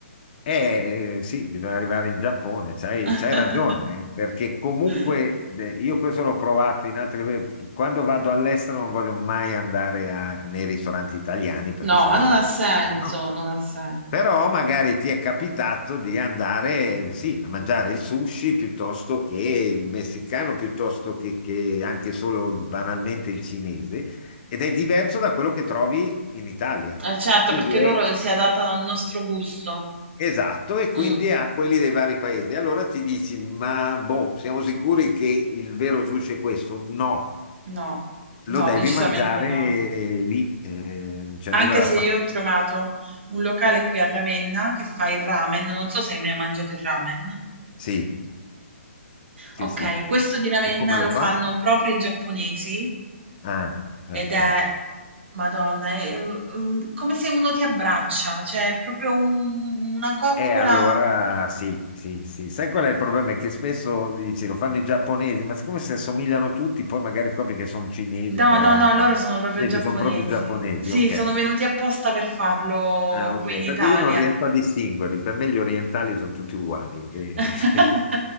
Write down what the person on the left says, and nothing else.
Eh, eh, sì, bisogna arrivare in Giappone, c'hai
c'hai ragione, eh, perché comunque de- io questo l'ho provato in altri... Quando vado all'estero non voglio mai andare a- nei ristoranti italiani perché
sarebbe...
No.
Però magari ti è capitato di andare, sì, a mangiare il sushi piuttosto che il messicano, piuttosto che, che anche solo banalmente il cinese, ed è diverso da quello che trovi in Italia.
Quindi
è
Esatto, e quindi
a quelli dei vari paesi. Allora ti dici, ma boh, siamo sicuri che il vero sushi è questo? No,
lo
devi
mangiare
eh, lì, eh, non c'è
nulla da
fare.
Sì, sì,
sì.
E come
lo
fa?
Ah, ok.
E allora sì, sì, sì. Sai qual è il problema? È che spesso dici, lo fanno i giapponesi, ma siccome si assomigliano tutti, poi magari scopri che sono cinesi,
coreani,
invece
sono proprio giapponesi,
ok.
Ah, ok,
perché
io non riesco a distinguerli, per me gli orientali sono tutti uguali. E-
<laughs>